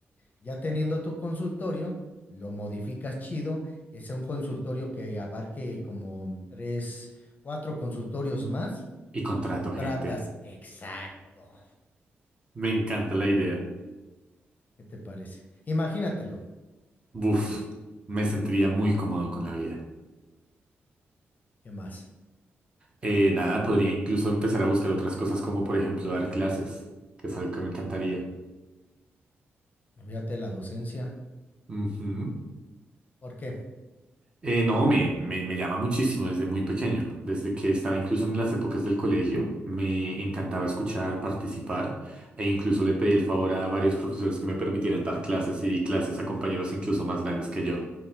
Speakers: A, on the left; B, on the right.
A: Ya teniendo tu consultorio, lo modificas chido, que sea un consultorio que abarque como tres, cuatro consultorios más.
B: y contrato
A: Contratas,
B: gente.
A: exacto.
B: Me encanta la idea.
A: ¿Qué te parece? Imagínatelo.
B: Uf,
A: Tú dime,
B: me sentiría muy cómodo con la vida.
A: ¿qué más?
B: Eh, nada, podría incluso empezar a buscar otras cosas como por ejemplo dar clases, que es algo que me encantaría.
A: Fíjate la docencia.
B: Ujú.
A: ¿Por qué?
B: Eh, no, me, me, me llama muchísimo desde muy pequeño, desde que estaba incluso en las épocas del colegio, me encantaba escuchar, participar e incluso le pedí el favor a varios profesores que me permitieran dar clases y di clases a compañeros incluso más grandes que yo.